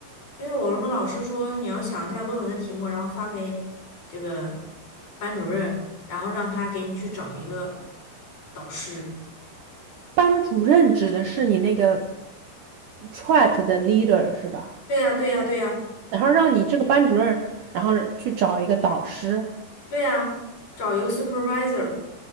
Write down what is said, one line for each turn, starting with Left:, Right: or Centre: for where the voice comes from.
Left: 因为我们老师说你要想一下论文的题目，然后发给这个班主任，然后让他给你去找一个导师。
Right: 班主任指的是你那个 track 的 leader 是吧？
Left: 对呀，对呀，对呀，
Right: 然后让你这个班主任，然后去找一个导师。
Left: 对呀，找一个 supervisor。